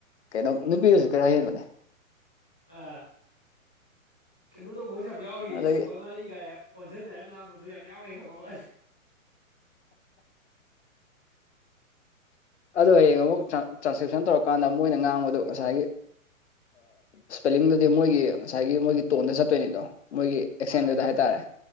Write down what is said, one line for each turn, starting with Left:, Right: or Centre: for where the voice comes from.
Left: ꯀꯩꯅꯣ ꯅꯨꯄꯤꯗꯁꯨ ꯈꯔ ꯍꯩꯖꯤꯦꯟꯕꯅꯦ
Centre: ꯑ ꯀꯩꯅꯣ ꯇ ꯃꯣꯁ ꯌꯥꯎꯔꯤ
Left: ꯑꯗꯒꯤ
Centre: ꯑꯁ ꯃꯔ ꯀ ꯀꯣꯟꯁꯤꯟꯟꯅꯔ ꯉꯥꯡꯕꯁꯨ ꯌꯥꯝ ꯌꯥꯎꯋꯤ ꯈꯪꯉꯕ <inaudible>
Left: ꯑꯗꯣ ꯍꯌꯦꯡ ꯑꯃꯨꯛ ꯇ꯭ꯔꯥꯟꯁꯀ꯭ꯔꯤꯞꯁꯟ ꯇꯧꯔꯀꯥꯟꯗ ꯃꯣꯏꯅ ꯉꯥꯡꯕꯗꯣ ꯉꯁꯥꯏꯒꯤ ꯏꯁ꯭ꯄꯦꯂꯤꯡꯗꯨꯗꯤ ꯃꯣꯏꯒꯤ ꯉꯁꯥꯏꯒꯤ ꯃꯣꯏꯒꯤ ꯇꯣꯟꯗ ꯆꯠꯇꯣꯏꯅꯤꯗꯣ ꯃꯣꯏꯒꯤ ꯑꯦꯛꯁꯦꯟꯗꯨꯗ
Centre: ꯃꯥꯅꯤ
Left: ꯍꯥꯏꯇꯥꯔꯦ